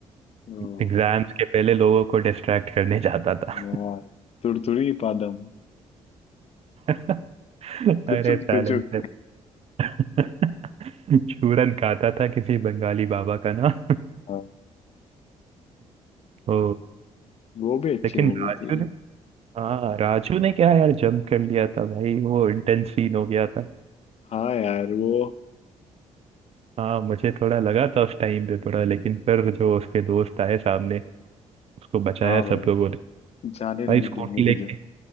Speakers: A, on the left; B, on the right.
A: ओ,
B: एग्जाम्स के पहले लोगों को डिस्ट्रैक्ट करने जाता था
A: यार तुड़तुड़ी पादम
B: <laughs>
A: तुचुक
B: अरे साइलेंसर
A: तुचुक
B: <laughs> चूरन खाता था किसी बंगाली बाबा का ना <laughs>
A: <laughs>
B: ओ
A: वो भी अच्छी
B: लेकिन
A: मूवी
B: राजू
A: थी
B: ने हाँ राजू ने क्या यार जंप कर लिया था भाई वो इंटेंस सीन हो गया था
A: हाँ यार वो
B: हाँ मुझे थोड़ा लगा था उस टाइम पे थोड़ा लेकिन फिर जो उसके दोस्त आए सामने उसको बचाया
A: हाँ भाई
B: सब लोगों ने
A: जाने नहीं
B: भाई स्कूटी
A: देंगे
B: लेके
A: तुझे